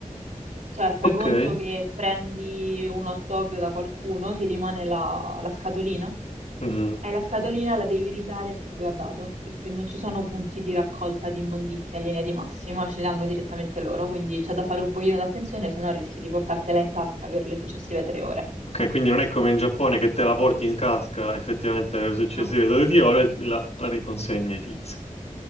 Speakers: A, on the right; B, on the left.
A: Cioè, fai
B: ok.
A: conto che prendi un hot dog da qualcuno, ti rimane la la scatolina
B: Mhm.
A: E la scatolina la devi ridare a chi te l'ha dato, perché non ci sono punti di raccolta di immondizia in linea di massima, ce li hanno direttamente loro, quindi c'è da fare un pochino d'attenzione, se no rischi di portartela in tasca per le successive tre ore.
B: Ok, quindi non è come in Giappone che te la porti in casca effettivamente nelle successive
A: No.
B: 12 ore, la la riconsegna ai tizi.